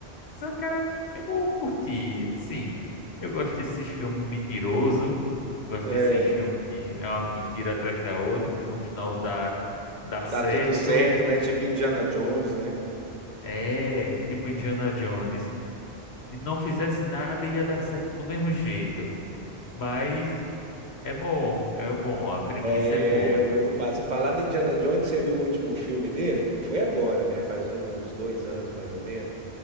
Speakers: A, on the left; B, on the right.
A: Só, cara, eu curti. Assim, eu gosto desses filmes mentiroso. Gosto
B: É,
A: desses filmes que é uma mentira atrás da outra, que no final dá, dá certo.
B: tá tudo certo, né? Tipo Indiana Jones, né?
A: É, tipo Indiana Jones. Se não fizesse nada, ia dar certo do mesmo jeito. Mas é bom, é bom. A premissa
B: É
A: é boa.
B: muito massa. Falar de Indiana Jones, você viu o último filme dele? Que não foi agora, né? Faz um, uns dois anos mais ou menos.